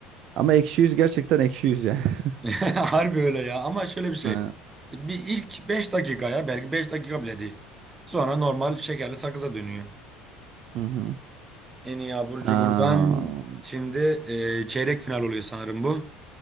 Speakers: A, on the right (about 60°); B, on the right (about 20°).
A: Ama ekşi yüz gerçekten ekşi yüz ya. <laughs>
B: <laughs> Harbi öyle ya ama şöyle bir şey.
A: Ha,
B: Bir ilk 5 dakika ya belki 5 dakika bile değil. Sonra normal şekerli sakıza dönüyor.
A: Hı hı.
B: En iyi abur cuburdan
A: Aa,
B: şimdi e, çeyrek final oluyor sanırım bu.